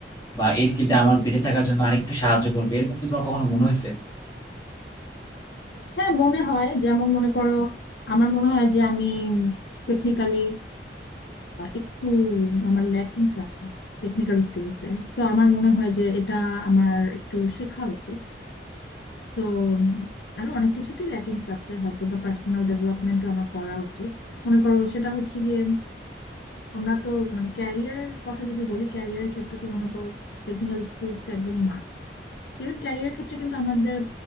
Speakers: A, on the left; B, on the left.
A: বা এই স্কিলটা আমার বেঁচে থাকার জন্য আরেকটু সাহায্য করবে এরকম কি তোমার কখনো মনে হয়েছে
B: হ্যাঁ মনে হয় যেমন মনে করো আমার মনে হয় যে আমি টেকনিক্যালি একটু আমার ল্যাকিংস আছে টেকনিক্যাল স্কিলস এ সো আমার মনে হয় যে এটা আমার একটু শেখা উচিত সো আরো অনেক কিছুতেই ল্যাকিংস আছে হয়তো বা পার্সোনাল ডেভেলপমেন্টও আমার করা উচিত মনে করো সেটা হচ্ছে গিয়ে আমরা তো মানে ক্যারিয়ার কথা যদি বলি ক্যারিয়ারের ক্ষেত্রে তো মনে করো টেকনিক্যাল স্কিলস টা একদম মাস্ট ইভেন ক্যারিয়ার ক্ষেত্রে কিন্তু আমাদের